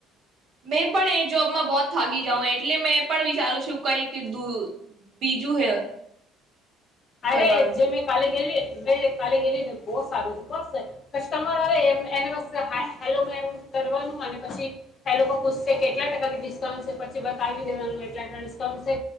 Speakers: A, on the right; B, on the left.
A: મેં પણ એ જોબમાં બહોત થાકી જાઉં એટલે મેં એ પણ વિચારું છું, કઈક દૂ બીજું હે.
B: અરે
A: કરવાનું
B: જે મેં કાલે ગેલી મે કાલે ગેલીને બહું સારું, બસ કસ્ટમર આવે એમ એને બસ હાય હેલો મેમ કરવાનું અને પછી એ લોકો પૂછશે કેટલા ટકા કે ડિસ્કાઉન્ટ છે, પછી બતાવી દેવાનું એટલા એટલા ડિસ્કાઉન્ટ છે,